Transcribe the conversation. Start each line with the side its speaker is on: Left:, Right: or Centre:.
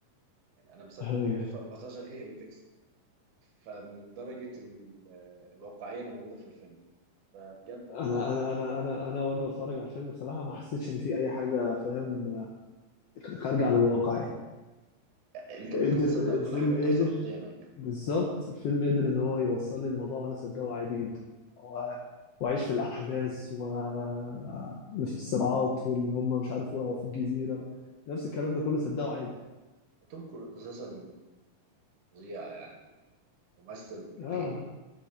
Right: يعني انا مصدق
Left: ايوه
Right: ان الاف 14 هي اللي تكسب فمن درجه ال- آه، الواقعيه اللي موجوده في الفيلم فبجد
Left: انا
Right: هو تحفه
Left: انا انا انا انا وانا بتفرج على الفيلم بصراحه ما حسيتش ان في اي حاجه فاهم خارجه عن الواقع يعني
Right: انت
Left: قدر
Right: ممكن تصدق كل
Left: الفيلم
Right: حاجه بتحصل
Left: قدر
Right: قدامك
Left: بالظبط الفيلم قدر ان هو يوصل لي الموضوع وانا صدقه عادي جدا و- واعيش في الاحداث وفي الصراعات واللي هم مش عارف وقعوا في الجزيره نفس الكلام ده كله صدقه عادي
Right: توم كروز اساسا فظيع يعني ممثل
Left: اه
Right: رهيب